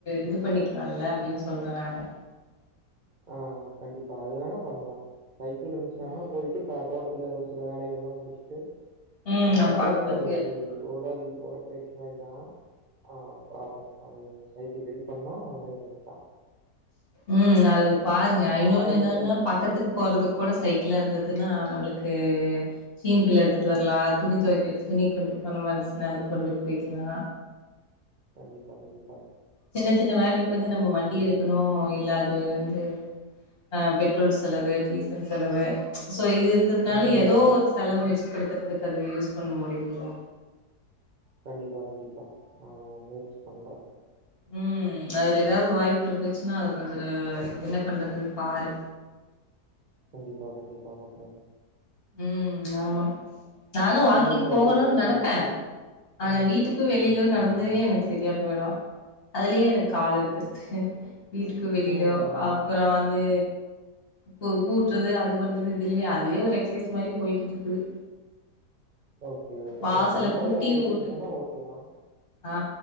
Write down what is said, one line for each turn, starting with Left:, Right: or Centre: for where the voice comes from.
Left: இது பண்ணிக். நல்ல அப்படின்னு சொல்றேன் நான.
Right: ஆஹ் கண்டிப்பா அதுகானா பண்ணலா சைக்கிள் இருந்துச்சன்னாங்கன்னா
Left: ம்
Right: போயிட்டு தோட்டத்துல ஒரு சில வேலை. எல்லா முடிச்சுட்டு
Left: ம்
Right: அஹ
Left: அப்பாக்கு
Right: அதுவு
Left: கொஞ்சோ
Right: ஒரு இது
Left: ஹெல்ப் பண்ணுவே
Right: உடல் உட பெருசு மாரி தா ஆ பாப்போ அது சைக்கிள் ரெடி பண்ணா அது மாரி பண்ணிக்லா
Left: உம் நாளலிந்து பாருங்க இன்னொன்னு
Right: காலைல
Left: என்னன்னா
Right: சைக்
Left: பக்கத்துக்கு போறதுக்கு கூட சைக்கிள இருந் துன்னா நம்மளுக்கு சீன்பிள்ள எடுத்துட்டு வரலா துணி துவைக்கிறக்கு துணி கொண்டு போன மனஷ்னள் கொண்டு போயக்கலா
Right: கண்டிப்பா, கண்டிப்பா.
Left: சின்ன சின்ன வேலைக்கு வந்து நம்ம வண்டி எடு னோ இல்ல அது வந்து ஆ பெட்ரோல் செலவு டீசல் செலவு ஸா ஸோ இது இருந்ததுனால
Right: ம்.
Left: ஏதோ ஒரு செலவு மிச்சப்படு தத்ததுகது யூஸ் பண்ண முடியும் இல்ல
Right: கண்டிப்பா கண்டிப்பா நா முயற்சி பண்றே
Left: ம் அதுல ஏதாவது வாய்ப் இருந்துச்சுன்னா அத கொஞ்சோ ஆ எங் என்ன பண்றதுனு பாரு
Right: கண்டிப்பா கண்டிப்பா பாக்றே
Left: ம் ஆமா நானு வாக்கிங்
Right: நீங்க அந்த
Left: போகோணுன்
Right: மாரி உடற்பயிற்சி
Left: நெனப்ப ஆனா
Right: ம்.
Left: வீட்டுக்கு வெளில நடந்து எனக்கு செரியா போயிரு அதுலயே எனக்கு கால் எடுத்து வீட்டுக்கு வெளிலியோ
Right: ம், ம்,
Left: அப்புறோ
Right: ம்.
Left: வந்து கூ கூட்டுறது அது பண்றது இதுலயே அதுவே ஒரு எக்ஸ் பேஸ் மாரி போய்கிட்டு இருக்குது
Right: ஓகே ஓகே
Left: வாசல
Right: ஏனா அந்த மாரி
Left: கூட்டி
Right: வேலைகள்
Left: ஊட்டு
Right: இருந்ததுன்னா ஓகேதா
Left: ஆ